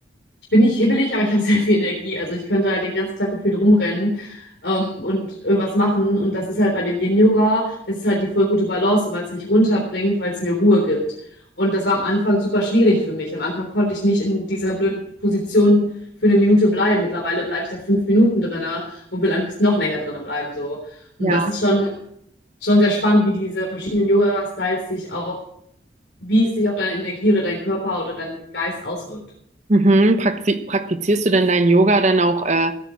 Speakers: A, on the left; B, on the right.
A: bin nicht hibbelig, aber ich habe <laughs> sehr viel Energie. Also ich könnte halt den ganzen Tag gefühlt rumrennen ähm, und irgendwas machen. Und das ist halt bei dem Yin-Yoga, es ist halt die voll gute Balance, weil es mich runterbringt, weil es mir Ruhe gibt. Und das war am Anfang super schwierig für mich. Am Anfang konnte ich nicht in dieser blöden Position für eine Minute bleiben. Mittlerweile bleibe ich da fünf Minuten drinne und will am liebsten noch länger drinne bleiben, so. Und
B: Ja.
A: das ist schon, schon sehr spannend, wie diese verschiedenen Yoga-Styles sich auch, wie es sich auf deine Energie oder deinen Körper oder deinen Geist auswirkt.
B: Mhm. Prakti praktizierst du denn dein Yoga dann auch äh,